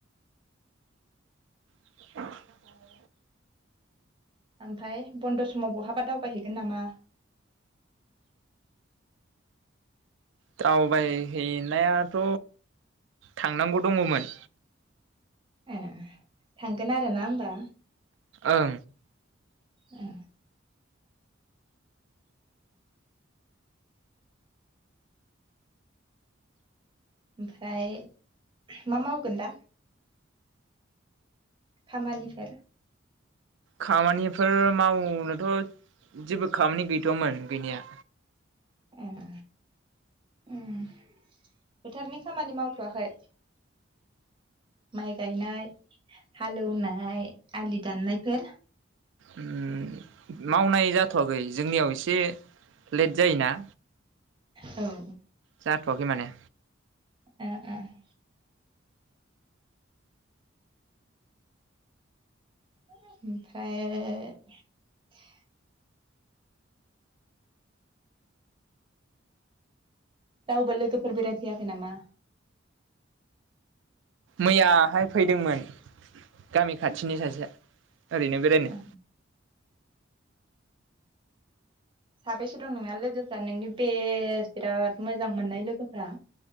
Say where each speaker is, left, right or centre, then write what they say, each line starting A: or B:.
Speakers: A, on the right (about 65°); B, on the right (about 25°).
A: <inaudible>
B: ओमफ्राय बन्द' समाव बहाबा दावबायहैगोन नामा
A: दावबायहैनायाथ' थांनांगौ दङमोन
B: ए थांगोन आरो ना होमबा
A: ओं
B: ओ ओमफ्राय मा मावगोन दा खामानिफोर
A: खामानिफोर मावनोथ' जेबो खामानि गैथ'वामोन गैनाया
B: एह उम फोथारनि खामानि मावथ'वाखै माइ गायनाय हालेवनाय आलि दाननायफोर
A: ओ मावनाय जाथ'वाखै जोंनियाव एसे लेट जायोना
B: औ
A: जाथ'आखै माने
B: उम उम ओमफ्राय रावबो लोगोफोर बेरायफैयाखै नामा
A: मैयाहाय फैदोंमोन गामि खाथिनि सासेया ओरैनो बेरायनो
B: ओं साबेसे दं नोंना लोगोफ्रा नोंनि बेस बिराद मोजां मोननाय लोगोफ्रा